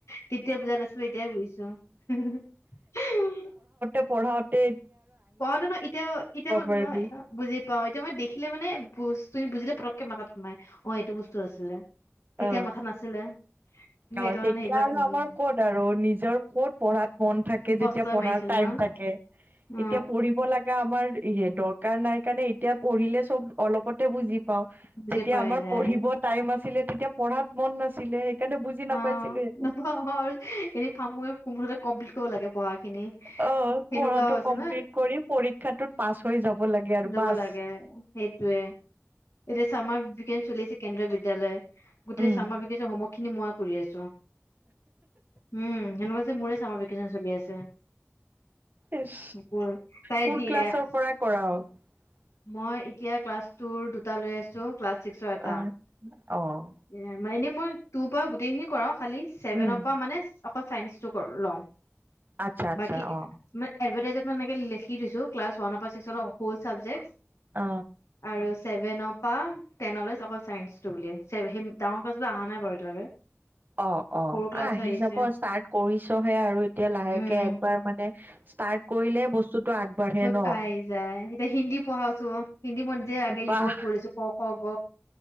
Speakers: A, on the left (about 80°); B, on the right (about 40°).
A: তেতিয়া বুজা নাছিলো এতিয়াই বুজিছো হু হু হু হুম।
B: পঢ়াওঁতে
A: পঢ়াটো ন এতিয়া এতিয়া মই
B: পাৰিবি
A: নহয় বুজি পাওঁ এতিয়া মই দেখিলে মানে বস্তুখিনি বুজিলে পতক একে মাতাত সোমাই। অ এইটো বস্তু আছিলে তেতিয়া
B: অ
A: মাথাত নাছিলে সেইটো
B: অ তেতিয়া
A: কাৰণে সেইবিলাক
B: আৰু
A: উম
B: আমাৰ ক'ত আৰু নিজৰ ক'ত পঢ়াত মন থাকে
A: মুখস্থই
B: যেতিয়া পঢ়াৰ
A: মাৰিছিলো
B: টাইম থাকে।
A: অ
B: এতিয়া পঢ়িব লাগে আমাৰ ৰে দ দৰকাৰ নাই কাৰণে এতিয়া পঢ়িলে চব অলপতে বুজি প
A: বুজি
B: যেতিয়া
A: পাই
B: আমাৰ
A: যায়
B: পঢ়িব টাইম আছিলে তেতিয়া পঢ়াত মন নাছিলে সেইকাৰণে
A: <unintelligible>
B: বুজি নাপাইছিলো
A: কমপ্লিট
B: একো
A: কৰিব লাগে। পঢ়াখিনি
B: অ
A: সেনেকুৱা
B: পঢ়াটো
A: হৈছে
B: কমপ্লিট কৰি পৰীক্ষাটোত পাছ হৈ যাব। লাগে আৰু
A: লব
B: বাছ
A: লাগে সেইটোয়ে এতিয়া চামাৰ ভিকেচ চলি আছে কেন্দ্ৰীয় বিদ্যালয় গোটেই
B: উম
A: চামা ভিকেচন হোমৱৰ্ক খিনি মই কৰি আছো। হম্। এনেকুৱা লাগিছে মোৰে চামাৰ ভেকেচন চলি আছে।
B: ইচ
A: নকওঁ আৰু। তাইট।
B: কোন ক্লাছৰ
A: <unintelligible>
B: পৰা <inaudible>
A: মই এতিয়া ক্লাছ টোৰ দুটা লৈ আছো ক্লাছ ছিক্সৰ এটা
B: আহ - অহ
A: এ মানে মই তোৰ পৰা গোটেইখিনি কৰাও। খালি ছেভেনৰ
B: উম
A: পৰা মানে ছ অকল চাইন্সটো ল'ম।
B: আচ্ছা আচ্ছা
A: বাকি
B: অ
A: মানে এডভাটাইজত ম এনেকে লিখি দিছো। ক্লাছ ৱান পৰা ছিক্সৰ অ হোল চাবজেক্টচ
B: অ
A: আৰু ছ ছেভেনৰ পৰা টেনলৈ ছ অকল ছাইন্স টো বুলে সেই ডাঙৰ ক্লাছবোৰ অহা নাই বাৰু এতিয়ালৈকে।
B: অ ', অ
A: সৰু
B: ',
A: ক্লাছ
B: আহি
A: আহিছে
B: যাব ষ্টাৰ্ট কৰিছহে আৰু এতিয়া লাহেকে
A: উম
B: একবাৰ মানে ষ্টাৰ্ট কৰিলে বস্তুটো আগবাঢ়ে
A: উম
B: ন।
A: আহি যায় এতিয়া হিন্দী পঢ়াওছো। হিন্দী মই নিজে আগে
B: বাহ
A: ইউটিউবত পঢ়ি আছো। ক - খ - গ